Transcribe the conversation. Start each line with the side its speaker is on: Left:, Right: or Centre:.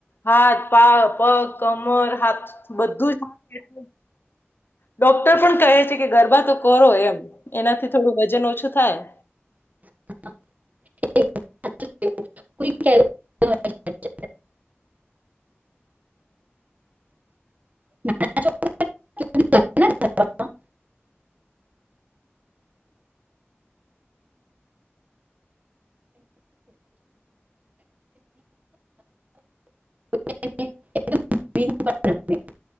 Left: હાથ, પા પગ, કમર હાથ બધું જ એ ડોક્ટર પણ કહે છે કે ગરબા તો કરો એમ, એનાથી થોડું વજન ઓછું થાય.
Right: <inaudible> <inaudible> <unintelligible>
Left: <inaudible> <inaudible> <inaudible>
Right: <unintelligible>